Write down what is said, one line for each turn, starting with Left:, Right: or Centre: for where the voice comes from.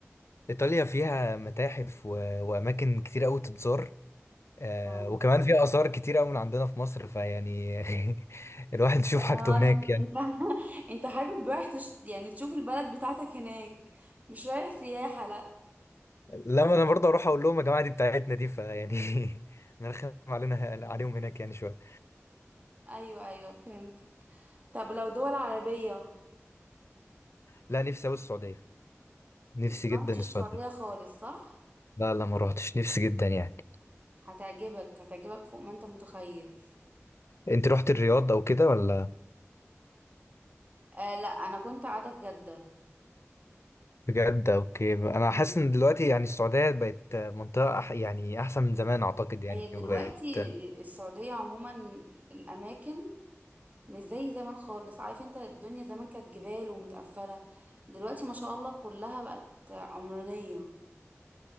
Left: ايطاليا فيها متاحف و... واماكن كتير قوي تتزار آه،
Right: اه
Left: وكمان في آثار كتيرة أوي من عندنا في مصر فيعني <laughs> الواحد يشوف
Right: آه،
Left: حاجته هناك
Right: انت
Left: يعني
Right: <laughs> انت انت حابب رايح تش... يعني تشوف البلد بتاعتك هناك مش رايح سياحة لا
Left: لما أنا برضه أروح أقول لهم يا جماعة دي بتاعتنا دي فيعني <laughs> نرخم علينا عليهم هناك يعني شوية
Right: ايوه ايوه فهمتك طب لو دول عربية
Left: لا نفسي أوي السعودية نفسي
Right: انت ما
Left: جدا
Right: رحتش السعودية
Left: السعودية
Right: خالص صح
Left: لا لا ما روحتش نفسي جدا يعني
Right: هتعجبك هتعجبك فوق ما انت متخيل
Left: أنت رحت الرياض أو كده ولا
Right: آه لا انا كنت قاعدة في جدة
Left: بجد أوكي أنا حاسس
Right: مم.
Left: إن دلوقتي يعني السعودية بقت منطقة أح يعني أحسن من زمان أعتقد يعني
Right: هي دلوقتي
Left: وبقت
Right: السعودية عموما الأماكن مش زي زمان خالص عارف انت الدنيا زمان كانت جبال ومتقفلة دلوقتي ما شاء الله كلها بقت عمرانية